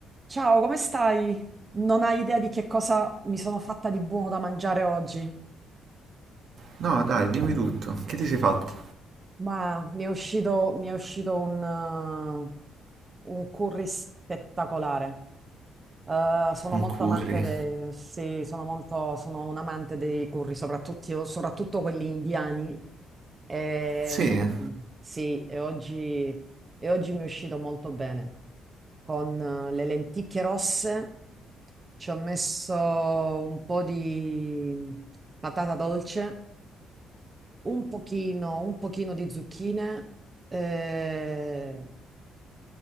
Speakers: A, on the right; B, on the right.
A: Ciao, come stai? Non hai idea di che cosa mi sono fatta di buono da mangiare oggi,
B: No, dai, dimmi tutto. Che ti sei fatto?
A: ma mi è uscito, mi è uscito un, eh, un curry spettacolare. Eh, sono
B: Un
A: molto
B: curry?
A: amante dei, sì, sono molto, sono un amante dei curry, soprattutto, soprattutto quelli indiani. E,
B: Sì, è
A: sì, e oggi, e oggi mi è uscito molto bene. Con eh, le lenticchie rosse ci ho messo un po' di patata dolce, un pochino, un pochino di zucchine, eh,